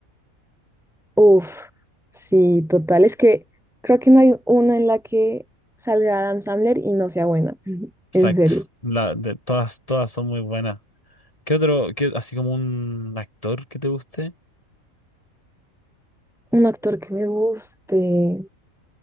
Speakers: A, in the centre; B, on the left.
A: <laughs> Uf, sí, total. Es que creo que no hay una en la que salga Adam Sandler y no sea buena. <laughs>
B: Exacto,
A: En serio.
B: la, de, todas, todas son muy buenas. ¿Qué otro, qué- así como un actor que te guste?
A: Un actor que me guste.